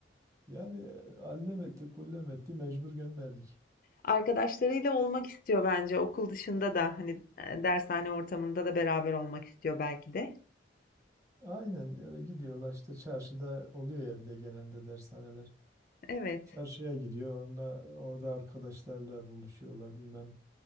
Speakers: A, on the right (about 20°); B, on the left (about 50°).
A: Yani e, allem etti kullem etti mecbur gönderdik.
B: Arkadaşlarıyla olmak istiyor bence okul dışında da hani e, dershane ortamında da beraber olmak istiyor belki de.
A: Aynen öyle gidiyorlar işte çarşıda oluyor ya bir de genelde dershaneler.
B: Evet.
A: Çarşıya gidiyor onda orada arkadaşlarla buluşuyorlar bilmem